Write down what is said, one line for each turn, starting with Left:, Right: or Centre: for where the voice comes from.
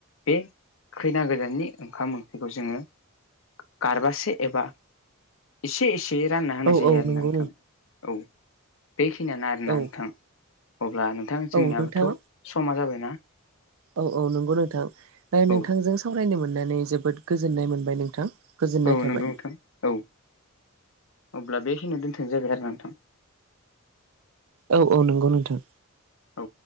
Left: बे खैना गोजाननि ओंखाम ओंख्रिखौ जोङो गारबासो एबा एसे एसे रानना होनाय
Right: औ
Left: जायो
Right: औ
Left: आरो
Right: नंगौ
Left: नोंथां औ बेखिनियानो आरोना
Right: औ
Left: नोंथां अब्ला नोंथां
Right: औ
Left: जोंनियाबोथ'
Right: नोंथां
Left: समा जाबायनाा
Right: औ औ नंगौ नोंथां दा नोंथांजों
Left: औ
Right: सावरायनो मोननानै जोबोद गोजोननाय मोनबाय नोंथां गोजोननाय
Left: औ
Right: थाबाय
Left: नोंगौ नोंथां औ अब्ला बेखिनियाव दोनथनाय जाबाय आरो नोंथां
Right: औ औ नंगौ नोंथां
Left: औ